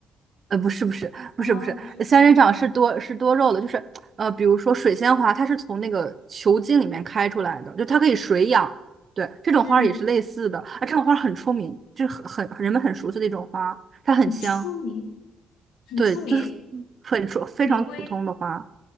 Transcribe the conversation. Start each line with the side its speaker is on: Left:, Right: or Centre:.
Right: 呃，不是不是不是不是，
Left: 哦，不是仙人掌，
Right: 仙人掌是多是多肉的，就是呃，比如说水仙花，它是从那个球茎里面开出来的，就它可以水养，对，这种花儿也是类似的，
Left: 嗯，
Right: 啊，这种花儿很出名，就是很很人们很熟悉的一种花，它很香。
Left: 很出名，很出名。
Right: 对，就是很出非常普通的花，
Left: 玫瑰，